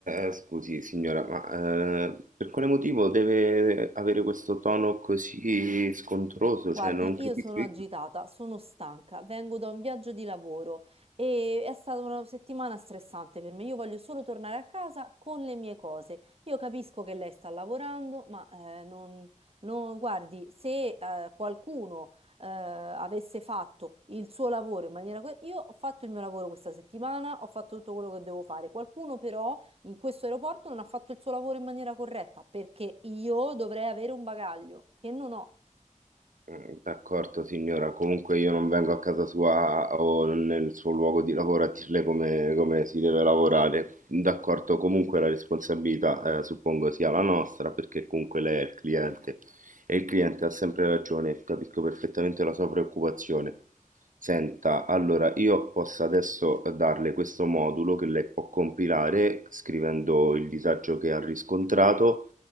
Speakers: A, on the right; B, on the right.
A: eh, scusi, signora, ma eh, per quale motivo deve avere questo tono così scontroso?
B: Guardi,
A: Cioè, non capisco.
B: io sono agitata, sono stanca, vengo da un viaggio di lavoro e è stata una settimana stressante per me. Io voglio solo tornare a casa con le mie cose. Io capisco che lei sta lavorando, ma eh, non, non- guardi, se eh, qualcuno eh, avesse fatto il suo lavoro in maniera... que- Io ho fatto il mio lavoro questa settimana, ho fatto tutto quello che devo fare. Qualcuno però in questo aeroporto non ha fatto il suo lavoro in maniera corretta perché io dovrei avere un bagaglio che non ho.
A: Mm, D'accordo signora, comunque io non vengo a casa sua o nel suo luogo di lavoro a dirle come, come si deve lavorare. D'accordo, comunque la responsabilità eh, suppongo sia la nostra perché comunque lei è il cliente e il cliente ha sempre ragione, capisco perfettamente la sua preoccupazione. Senta, allora io posso adesso darle questo modulo che lei può compilare scrivendo il disagio che ha riscontrato